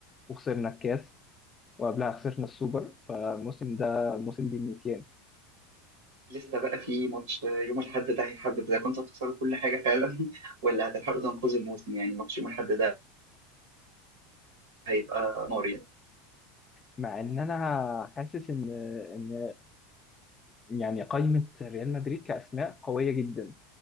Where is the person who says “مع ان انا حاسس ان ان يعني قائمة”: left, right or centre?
Left